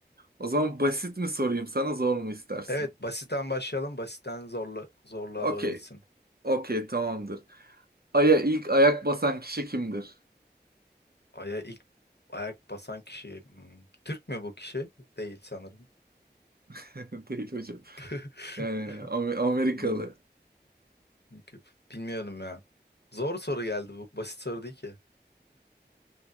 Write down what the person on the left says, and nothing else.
Evet, basitten başlayalım. Basitten zorlu, zorluğa
doğru gitsin.
Aya ilk ayak basan kişi. hmm, Türk mü bu kişi? Değil sanırım.
<laughs>
Hmm, bilmiyorum Bilmiyorum ya. Zor soru geldi bu. Basit soru değil ki.